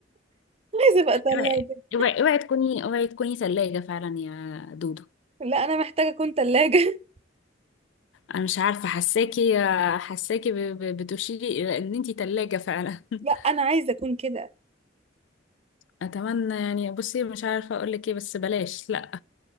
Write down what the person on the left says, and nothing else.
اوعي اوعي اوعي تكوني اوعي تكوني ثلاجة فعلا يا دودو
انا مش عارفة حساكي حساكي ب- ب- بتشيري الى ان انتي ثلاجة فعلا <laughs>
اتمنى يعني بصي مش عارفة اقولك ايه بس بلاش لا